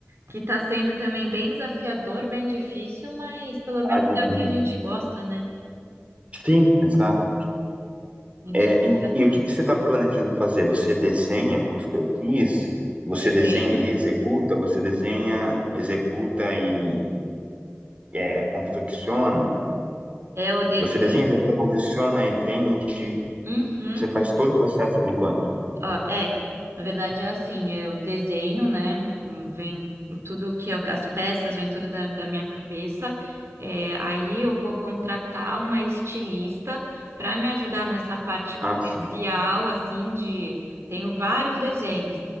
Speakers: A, on the right (about 60°); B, on the right (about 25°).
A: Que tá sendo também bem desafiador, bem difícil, mas pelo
B: Ah,
A: menos
B: imagino.
A: é o que a gente gosta, né?
B: Sim, exato.
A: A gente
B: É,
A: tem
B: e,
A: que ir atrás.
B: e o que que você está planejando fazer? Você desenha os croquis? Você
A: Desenho?
B: desenha e executa? Você desenha, executa e é, confecciona?
A: É o desenho.
B: Você desenha, executa, confecciona e vende?
A: Uhum.
B: Você faz todo o processo por enquanto?
A: Ó, é, na verdade é assim, eu desenho, né? hum, Vem tudo que eu, as peças, vem tudo da, da minha cabeça. É, aí eu vou contratar uma estilista para me ajudar nessa parte comercial,
B: Ah, sim.
A: assim, de tenho vários desenhos,